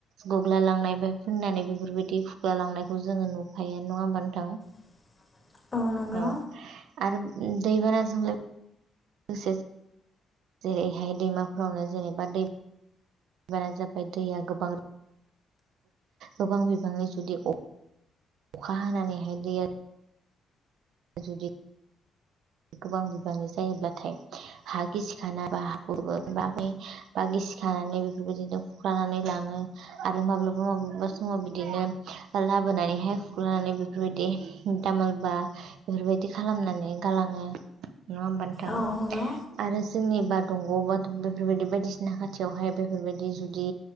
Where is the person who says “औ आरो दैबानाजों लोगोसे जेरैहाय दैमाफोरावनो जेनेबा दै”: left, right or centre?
Right